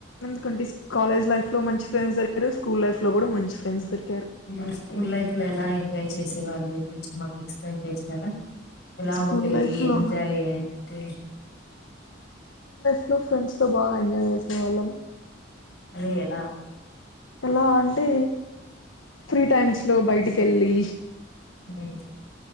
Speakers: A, on the left; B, on the left.
A: ఎందుకంటే కాలేజ్ లైఫ్ లో మంచి ఫ్రెండ్స్ అయ్యారు స్కూల్ లైఫ్లో కూడా మంచి ఫ్రెండ్స్ దొరి
B: హ్మ్ స్కూల్ లైఫ్ లో ఎలా ఎం జాయ్ చేసే వాళ్ళు కొంచెం మాకు ఎక్స్ప్లెయిన్ చేస్తారా ఎలా
A: స్కూల్
B: ఉండేవి
A: లైఫ్లో
B: ఎంజాయ్ అంటే
A: ల్ ఫ్రెండ్స్తో బాగా ఎంజాయ్ చేసేవాళ్ళం
B: అది ఎలా
A: ఎలా అంటే ఫ్రీ టైమ్స్ లో బయటికెళ్ళి
B: హ్మ్